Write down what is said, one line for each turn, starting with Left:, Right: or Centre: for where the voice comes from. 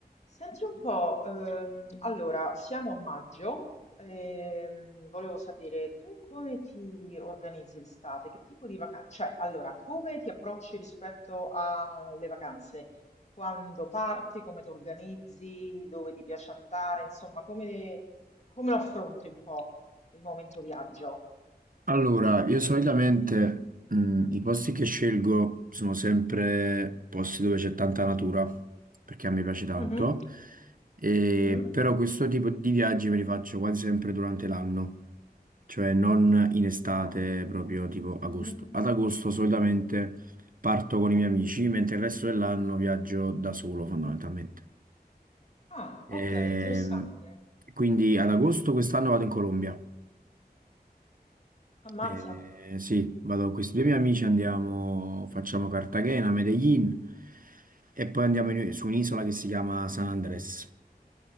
Left: Senti un po', ehm, allora siamo a maggio, ehm, volevo sapere tu come ti organizzi l'estate, che tipo di vacanze, cioè allora come ti approcci rispetto alle vacanze, quando parti, come ti organizzi, dove ti piace andare, insomma come, come lo affronti un po' il momento viaggio?
Right: Allora, io solitamente mh, i posti che scelgo sono sempre posti dove c'è tanta natura, perché a me piace tanto,
Left: Mhm,
Right: e,
Left: mhm.
Right: però questo tipo di viaggi me li faccio quasi sempre durante l'anno, cioè non in estate,
Left: Ah,
Right: proprio tipo agosto.
Left: mhm.
Right: Ad agosto solitamente parto con i miei amici, mentre il resto dell'anno viaggio da solo fondamentalmente.
Left: Ah,
Right: Ehm,
Left: ok, interessante.
Right: quindi ad agosto quest'anno vado in Colombia.
Left: Ammazza.
Right: Eh, sì, vado con questi due miei amici, andiamo, facciamo Cartagena, Medellin e poi andiamo in- su un'isola che si chiama San Andres.